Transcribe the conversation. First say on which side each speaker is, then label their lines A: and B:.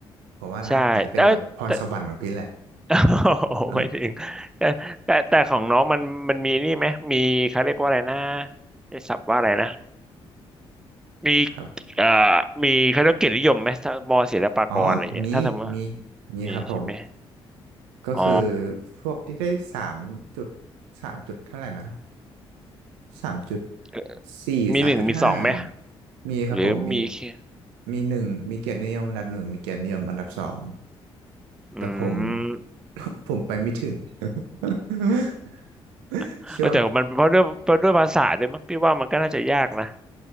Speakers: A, on the right (about 75°); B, in the centre.
A: ผมว่าอาอาจจะเป็นแบบพรสวรรค์ของพี่แหละ
B: ใช่เออแต่ <laughs> โอ้ไม่ถึงแต่แต่แต่ของน้องมันมันมีนี่ไหมมีเขาเรียกว่าอะไรนะ
A: เออ
B: ใช้ศัพท์ว่าอะไรนะมี
A: ครับ
B: เอ่อมีเขาเรียกเกียรตินิยมไหมถ้ามอศิลปากรอะไรเงี้ยถ้าสมมติว่า
A: อ๋อมีมีมีครับผม
B: มีใช่ไหม
A: ก็คือ
B: อ๋อ
A: พวกที่ได้สามจุดสามจุดเท่าไหร่นะสามจุด
B: เอ่อ
A: สี่สามจุดห้า
B: มีหนึ่งมีสองไหม
A: มีครับผมมี
B: หรือมีแค่
A: มีหนึ่งมีเกียรตินิยมอันดับหนึ่งมีเกียรตินิยมอันดับสอง
B: อื
A: แต่ผม
B: ม
A: <laughs> ผมไปไม่ถึง <laughs>
B: <laughs>
A: ช่วง
B: แต่มันเพราะด้วยเพราะด้วยภาษาด้วยมั้งพี่ว่ามันก็น่าจะยากนะ